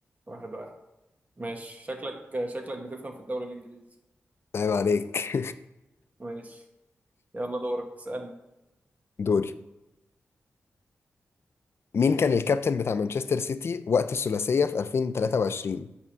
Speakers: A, on the right; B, on the left.
A: واحد واحد ماشي شكلك شكلك بتفهم في الدوري الإنجليزي
B: عيب عليك
A: ماشي يلا دورك اسألني
B: <laughs> دوري مين كان الكابتن بتاع مانشستر سيتي وقت الثلاثية في 2023